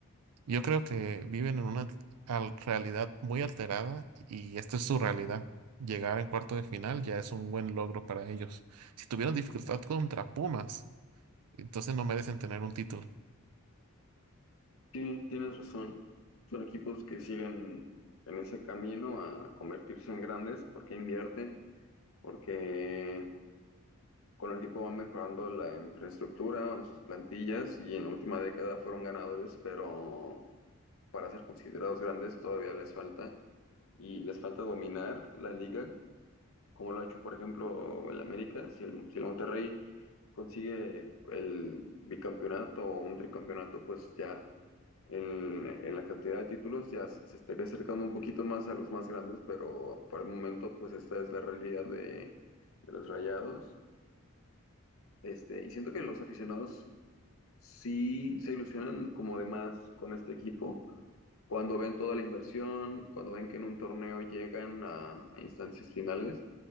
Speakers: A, on the right; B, on the left.
A: yo creo que viven en una al- realidad muy alterada y esta es su realidad. Llegar en cuarto de final ya es un buen logro para ellos. Si tuvieron dificultad contra Pumas, entonces no merecen tener un título.
B: Sí, tienes razón. Son equipos que siguen en ese camino a convertirse en grandes porque invierten, porque con el tiempo van mejorando la infraestructura, sus plantillas y en la última década fueron ganadores, pero para ser considerados grandes todavía les falta y les falta dominar la liga, como lo ha hecho, por ejemplo, el América. Si el, si el Monterrey consigue el bicampeonato o un tricampeonato, pues ya en, en la cantidad de títulos ya se se estaría acercando un poquito más a los más grandes, pero por el momento pues esta es la realidad de, de los Rayados. Este, y siento que los aficionados sí se ilusionan como de más con este equipo. Cuando ven toda la inversión, cuando ven que en un torneo llegan a, a instancias finales,